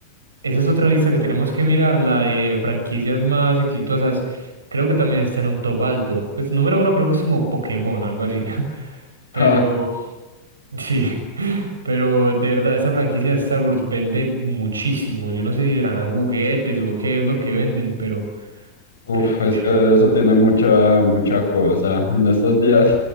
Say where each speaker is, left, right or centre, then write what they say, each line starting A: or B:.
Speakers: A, on the right; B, on the left.
A: Esa es otra lista que tenemos que mirar, la de franquicias más exitosas. Creo que también está en un top alto. Pues número uno creo que es como Pokémon o algo así. <laughs> Pero
B: ja,
A: Sí, <laughs> pero de verdad, esa franquicia de Star Wars vende muchísimo. Yo no sé si serán juguetes o qué es lo que venden, pero
B: uf,
A: creo
B: es
A: que...
B: que eso tiene mucha, mucha cosa. En estos días,